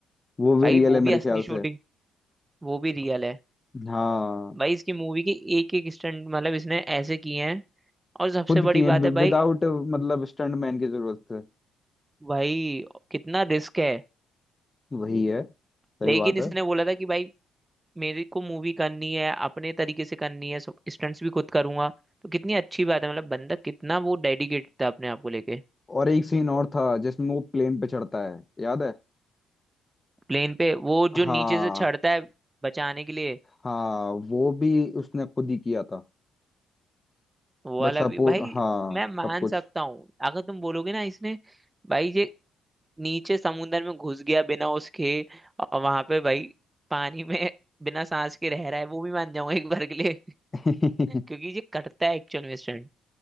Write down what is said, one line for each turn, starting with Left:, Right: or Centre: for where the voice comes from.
Left: वो भी
Right: भाई
Left: रियल
Right: वो
Left: है मेरे
Right: भी असली
Left: ख्याल से
Right: शूटिंग वो भी रियल है
Left: हाँ
Right: भाई इसकी मूवी के एक एक स्टंट मतलब इसने ऐसे किए हैं और सबसे
Left: खुद
Right: बड़ी
Left: किए विदाउट
Right: बात है भाई
Left: मतलब स्टंटमैन की जरूरत है
Right: भाई कितना रिस्क है
Left: वही है सही
Right: लेकिन
Left: बात
Right: इसने
Left: है
Right: बोला था कि भाई मेरे को मूवी करनी है अपने तरीके से करनी है सब स्टंट्स भी खुद करूंगा तो कितनी अच्छी बात है मतलब बंदा कितना वो डेडिकेटेड था अपने आप को लेके
Left: और एक सीन और था जिसमें वो प्लेन पे चढ़ता है याद है
Right: प्लेन पे वो जो
Left: हाँ
Right: नीचे से चढ़ता है बचाने के लिए
Left: हाँ वो भी उसने खुद ही किया था
Right: वो वाला
Left: बट सपोर्ट
Right: भी भाई
Left: हाँ
Right: मैं मान
Left: सब कुछ
Right: सकता हूँ अगर तुम बोलोगे ना इसने भाई ये नीचे समुंदर में घुस गया बिना उसके और वहां पे भाई पानी में <laughs> बिना सांस के रह रहा है वो भी मान जाऊंगा एक बार के लिए <laughs>
Left: <laughs>
Right: क्योंकि ये करता है एक्चुअल में स्टंट